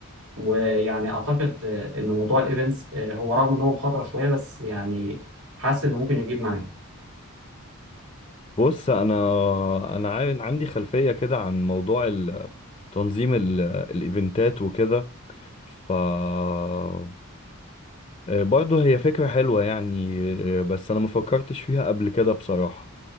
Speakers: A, on the right; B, on the left.
A: ويعني اعتقد آه، ان موضوع الايفنتس هو رغم ان هو مخاطره شويه بس يعني حاسس انه ممكن يجيب معاك
B: بص انا انا عا- عندي خلفية كده عن موضوع ال- تنظيم ال- الايفنتات وكده ف آه، برضه هي فكرة حلوة يعني آه، بس انا ما فكرتش فيها قبل كده بصراحة